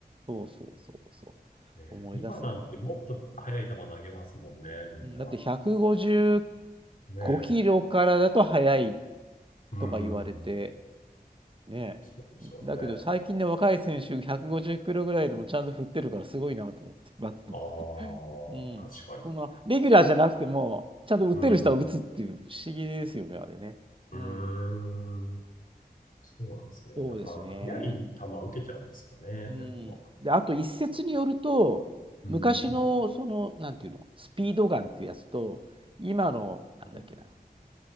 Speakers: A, on the right; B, on the left.
A: そうそうそうそ
B: ねえ、
A: う。思い出す。
B: 今なんてもっと速い球投げますもんね、
A: う
B: みんな。
A: んだって155キロからだと速い
B: ねえ。うんうん
A: とか言われて、ね。
B: そうですよね。
A: だけど最近の若い選手150キロぐらいでもちゃんと振ってるからすごいなと思って。
B: あ
A: バット。
B: あ、
A: うん。
B: 確かに。
A: そんな、レギュラーじゃなくても、ちゃんと打てる人は打つっていう不思議ですよね、
B: うん。
A: あれね。
B: うーん。
A: うん。
B: そうなんですね。
A: そうですね。
B: やっぱ速い球打てちゃうんですかね、
A: うん。
B: やっぱ。
A: で、あと一説によると、
B: うん。
A: 昔のその、なんていうの、スピードガンっていうやつと、今の、なんだっけな、
B: あ